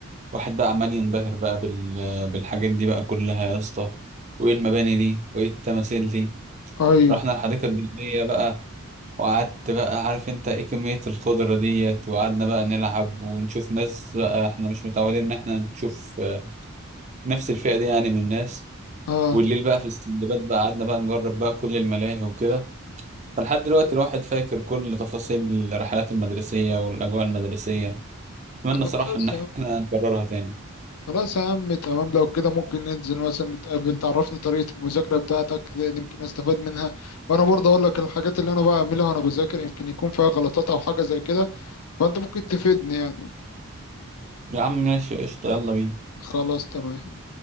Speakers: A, on the right; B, on the left.
A: واحد بقى عمال ينبهر بقى بال- بالحاجات دي بقى كلها يا اسطى وإيه المباني دي وإيه التماثيل دي
B: ايوه
A: رحنا الحديقة الدولية بقى وقعدت بقى عارف أنت إيه كمية الخضرة ديت وقعدنا بقى نلعب ونشوف ناس بقى إحنا مش متعودين إن إحنا نشوف آه، نفس الفئة دي يعني من الناس
B: اه
A: والليل بقى في السندباد بقى قعدنا بقى نجرب بقى كل الملاهي وكده فلحد دلوقتي الواحد فاكر كل تفاصيل الرحلات المدرسية والأجواء المدرسية أتمنى
B: خلاص
A: صراحة إن إحنا نكررها تاني
B: خلاص يا عم تمام لو كده ممكن ننزل مثلا نتقابل تعرفني طريقة المذاكرة بتاعتك لأن يمكن استفاد منها وانا برضه اقول لك الحاجات اللي انا بعملها وانا بذاكر يمكن يكون فيها غلطات او حاجة زي كده فانت ممكن تفيدني يعني
A: يا عم ماشي قشطة يلا بينا
B: خلاص تمام